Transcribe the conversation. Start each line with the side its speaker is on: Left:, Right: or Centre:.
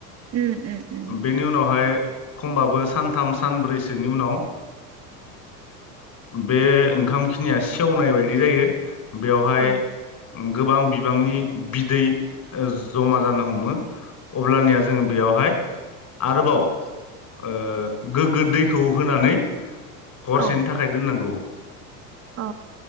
Right: उम उम उम
Left: बेनि उनावहाय खमबाबो सानथाम सानब्रैसोनि उनाव बे ओंखाम खिनिया सेवनाय बायदि जायो। बेवहाय
Right: औ
Left: गोबां बिबांनि बिदै जमा जानो हमो, अब्लानिया जोङो बेयावहाय आरोबाव ओ गोग्गो दैखौ होनानै हरसेनि
Right: औ
Left: थाखाय दोननांगौ।
Right: अ।